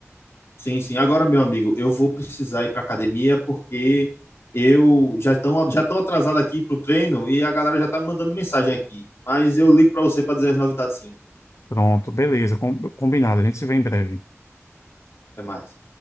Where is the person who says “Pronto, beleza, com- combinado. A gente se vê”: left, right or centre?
Left